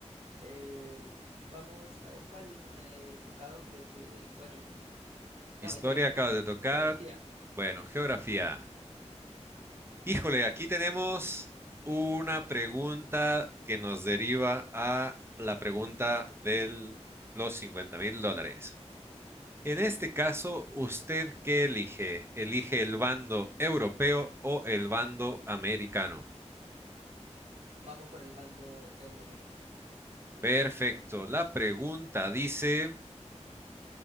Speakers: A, on the right; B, on the right.
A: Eh, vamos a ver cuál no he tocado, creo que historia. No,
B: Historia
A: historia sí
B: acabas
A: toqué,
B: de tocar.
A: geografía.
B: Bueno, geografía. Híjole, aquí tenemos una pregunta que nos deriva a la pregunta de los cincuenta mil dólares. En este caso, ¿usted qué elige? ¿Elige el bando europeo o el bando americano?
A: Vamos con el bando europeo.
B: Perfecto. La pregunta dice,